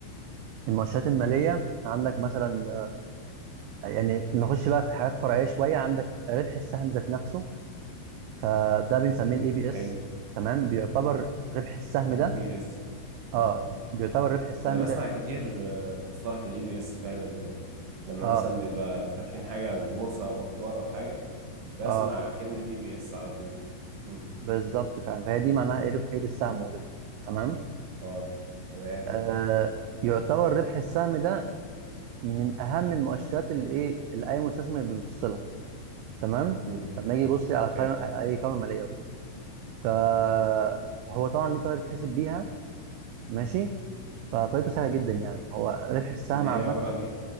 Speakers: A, on the right; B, on the right.
A: المؤشرات المالية عندك مثلا آه، يعني نخش بقى في حاجات فرعية شوية عندك ربح السهم ذات نفسه فده بنسميه الاي بي اس
B: حلو
A: تمام بيعتبر ربح السهم
B: اي
A: ده
B: بي اس
A: اه
B: اه
A: بيعتبر ربح السهم
B: انا بسمع
A: ده ايه
B: كتير آه، مصطلح الاي بي اس فعلا لما
A: اه
B: مثلا بيبقى فاتحين حاجة عن البورصة او اخبار او حاجة بسمع
A: اه
B: كلمة اي بي اس على طول مم.
A: بالظبط فعلا فهي دي معناها ايه ربحيه السهم وكده تمام
B: اه تمام
A: آه يعتبر ربح السهم ده من اهم المؤشرات اللي ايه اللي اي مستثمر بيبص لها تمام
B: مم.
A: لما يجي يبص على قائمه
B: حلو
A: اي قائمه ماليه وكده فهو طبعا ليه طريقه بتحسب بيها ماشي فطريقته سهله جدا يعني هو ربح السهم
B: اللي
A: عامه
B: هي عبارة عن ايه